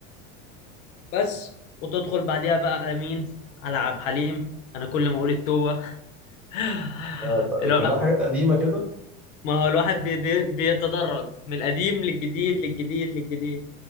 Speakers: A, on the left (about 80°); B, in the centre.
A: بس وتدخل بعديها بقى على مين على عبد الحليم انا كل ما اقول التوبه <laughs>
B: آه، طيب،
A: الواحد
B: كلها حاجات قديمة كده
A: ما هو الواحد بي بي بيتدرج من القديم للجديد للجديد للجديد